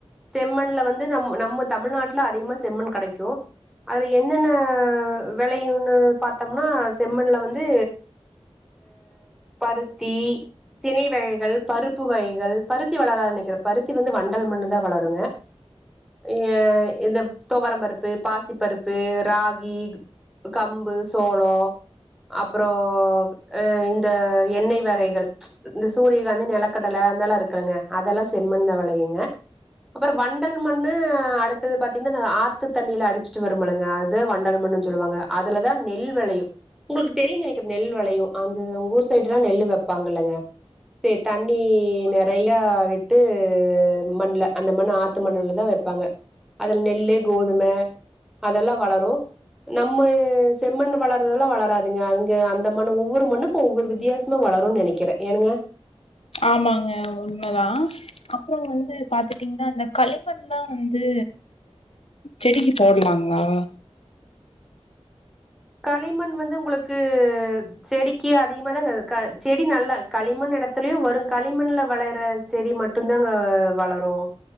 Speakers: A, in the centre; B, on the left.
A: செம்மண்ணுல வந்து நம் நம்ம தமிழ்நாட்ல அதிகமா செம்மண் கிடைக்கும் அதுல என்னென்ன விலையும்னு பார்த்தோம்னா செம்மண்ணுல வந்து பருத்தி தினை வகை கள் பருப்பு வகைகள் பருத்தி வளராது நெனைக்குறேன் பருத்தி வந்து வண்டல் மண்ணுல தா வளருங்க அ இந்த தோவரம் பருப்பு பாசி பருப்பு ராகி கம்பு சோளம் அப்பறோ ஆஹ் இந்த எண்ணெய் வகைகள் இந்த சூரியகாந்தி நிலக்கடலை அதெல்லா இருக்கில்லைங் அதெல்லா செம்மண்ணுல விளையுங்க அப்பற வண்டல் மண்ணு அடுத்தது பாத்தீங்கன்னா ஆத்து தண்ணியில அடிச்சுட்டு வரும்பாருங்க அது வண்டல் மண்ணுன்னு சொல்லுவாங்க அதுலதா நெல் வெளையு உங்களுக்கு தெரியு நெனைக்கிறே நெல் வெளையு அந்தந்த ஊர் சைடுல்லா நெல்லு வப்பாங்கல்லங்க சரி தண்ணி நெறையா விட்டு மண்ல அந்த மண்ணு ஆத்து மண்ணுல தா வைப்பாங்க அதுல நெல்லு கோதுமை அதெல்லா வளரு நம்ம செம்மண்ணு வளர்றதெல்லா வளராதுங்க அதுங்க அந்த மண்ணு ஒவ்வொரு மண்ணுக்கு ஒவ்வொரு வித்தியாசமா வளரும்னு நெனைக்கிரே ஏனுங்க
B: ஆமாங்க உண்மைதா அப்புற வந்து பாத்துட்டீங்கன்னா இந்தக் களிமண்லா வந்து செடிக்கு போடலாங்களா
A: களிமண் வந்து உங்களுக்கு அ செடிக்கு அதிகமா தாங்க க செடி நல்லா களிமண் இடத்துலயு வரு களிமண்ல வளர்ற செடி மட்டு தாங்க வளரு